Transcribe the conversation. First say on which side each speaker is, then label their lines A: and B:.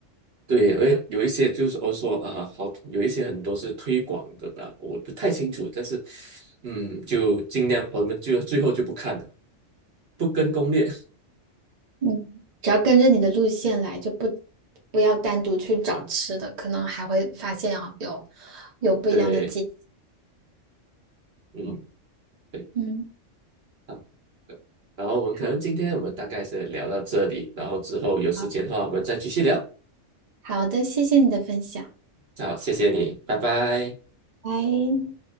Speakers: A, on the right; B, on the right.
A: 对，因为有一些就是我说啊，好，有一些很多是推广的吧，我不太清楚，但是嗯，就尽量我们就最后就不看了，不跟攻略。
B: 嗯，只要跟着你的路线来，就不不要单独去找吃的，可能还会发现啊有有不一样的景。
A: 对，嗯，对，
B: 嗯，
A: 嗯，对然后我们可能今天我们大概是聊到这里，
B: 好，
A: 然后之后有时间的话，
B: 好，
A: 我们再继续聊。
B: 好的，谢谢你的分享。
A: 好，谢谢你，拜拜。
B: 拜。